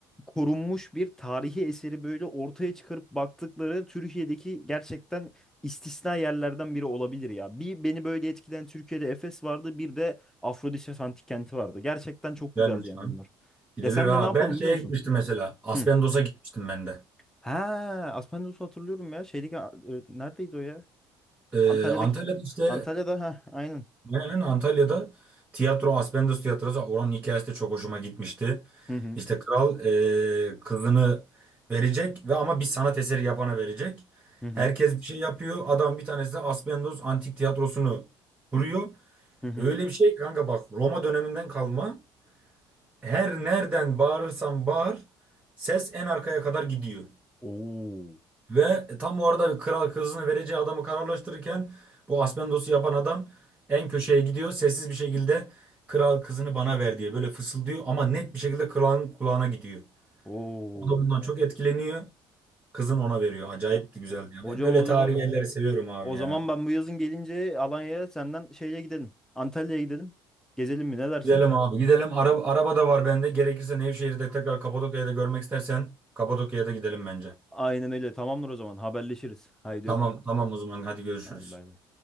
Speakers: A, in the centre; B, on the right.
A: korunmuş bir tarihi eseri böyle ortaya çıkarıp baktıkları Türkiye'deki gerçekten istisna yerlerden biri olabilir ya. Bir beni böyle etkileyen Türkiye'de Efes vardı bir de Afrodisya Antik Kenti vardı. Gerçekten çok güzeldi
B: Güzelmiş
A: yani
B: lan.
A: onlar.
B: Gidilir
A: Ya sen
B: ha.
A: de ne yapalım
B: Ben şeye
A: biliyor musun?
B: gitmiştim mesela. Aspendos'a
A: Hı.
B: gitmiştim ben de.
A: Ha, Aspendios'u hatırlıyorum ya. Şeydeki e, neredeydi o ya?
B: Ee,
A: Antalya'daki
B: Antalya'da işte
A: Antalya'da ha aynen.
B: e, aynen Antalya'da tiyatro Aspendos tiyatrosu oranın hikayesi de çok hoşuma gitmişti.
A: Hı hı.
B: İşte kral e, kızını verecek ve ama bir sanat eseri yapana verecek.
A: Hı hı.
B: Herkes bir şey yapıyor. Adam bir tanesi de Aspendos Antik Tiyatrosu'nu kuruyor.
A: Hı hı.
B: Öyle bir şey kanka bak Roma döneminden kalma. Her nereden bağırırsan bağır ses en arkaya kadar gidiyor.
A: Oo.
B: Ve tam o arada bir kral kızını vereceği adamı kararlaştırırken bu Aspendos'u yapan adam en köşeye gidiyor. Sessiz bir şekilde kral kızını bana ver diye böyle fısıldıyor ama net bir şekilde kralın kulağına gidiyor.
A: Oo.
B: O da bundan çok etkileniyor. Kızın ona veriyor. Acayip
A: Ho-
B: de güzeldi
A: ho-
B: ya.
A: hocam
B: Ben böyle
A: o
B: tarihi
A: zaman
B: yerleri seviyorum abi
A: o
B: ya.
A: zaman ben bu yazın gelince Alanya'ya senden şeye gidelim. Antalya'ya gidelim. Gezelim mi ne dersin?
B: Gidelim abi gidelim. Araba, araba da var bende. Gerekirse Nevşehir'de tekrar Kapadokya'da görmek istersen Kapadokya'ya da gidelim bence.
A: Aynen öyle. Tamamdır o zaman. Haberleşiriz. Haydi
B: Tamam
A: öpüyorum.
B: tamam o zaman hadi görüşürüz.
A: Hadi bay bay.